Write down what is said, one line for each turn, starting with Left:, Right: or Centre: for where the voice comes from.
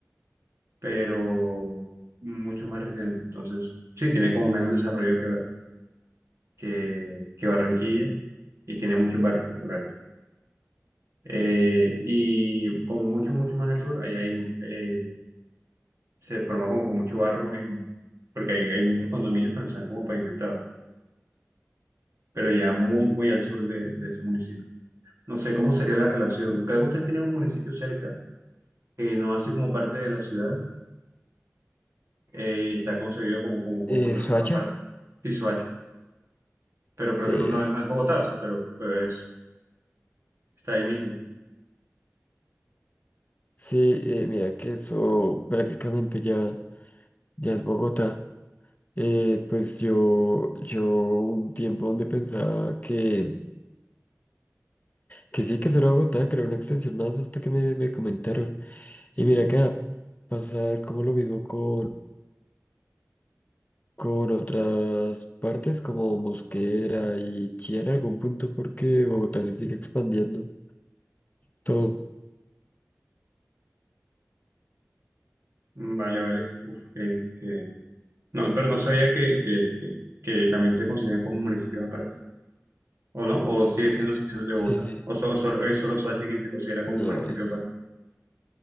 Right: pero mucho más reciente. Entonces, sí, tiene como menos desarrollo que, que, que Barranquilla y tiene muchos barrios populares. Eh, y como mucho, mucho más al sur, ahí hay eh, se forma como con mucho barro en- porque hay, hay muchos condominios que no están como pavimentados, pero ya muy, muy al sur de, de ese municipio. No sé cómo sería la relación. Cada ustedes tienen un municipio cerca que no hace como parte de la ciudad eh, y está concebido como, como, como
Left: eh,
Right: una
Left: Soacha,
Right: región aparte, sí, Soacha. Pero creo
Left: sí,
Right: que no, no es, no es Bogotá, o sea, pero, pero es, está ahí mismo.
Left: sí, eh, mira que eso prácticamente ya, ya es Bogotá. Eh, pues yo, yo un tiempo donde pensaba que, que sí, que eso era Bogotá, que era una extensión más hasta que me, me comentaron. Y mira que va a pasar como lo mismo con con otras partes como Mosquera y Chía en algún punto porque Bogotá se sigue expandiendo. Todo.
Right: Mm, Vale, vale. Uf, que, que- No, pero no sabía que, que, que, que también se consideran como municipios aparte. ¿O no? ¿O sigue siendo secciones de Bogotá?
Left: Sí, sí.
Right: ¿O solo, solo, es solo Soacha quien se considera como un
Left: No,
Right: municipio
Left: es,
Right: aparte?